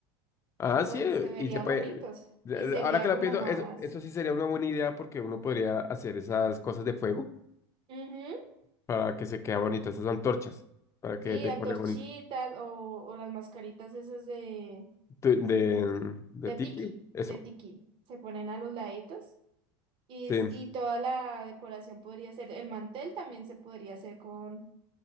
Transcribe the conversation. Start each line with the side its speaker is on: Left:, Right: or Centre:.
Left: Ah,
Right: Se puede,
Left: sí, eh,
Right: se vería
Left: y se puede.
Right: bonitos
Left: eh,
Right: y sería
Left: Ahora que lo
Right: como
Left: pienso,
Right: más,
Left: eso, eso sí sería una buena idea porque uno podría hacer esas cosas de fuego
Right: ujú,
Left: para que se quede bonito, esas antorchas, para que
Right: Sí,
Left: decore
Right: antorchitas
Left: bonito.
Right: o, o las mascaritas esas de,
Left: Tu- De, de
Right: de
Left: tiki,
Right: tiki,
Left: eso.
Right: de tiki. Se ponen a los laditos y,
Left: Sí,
Right: s- y toda la decoración podría ser, el mantel también se podría hacer con,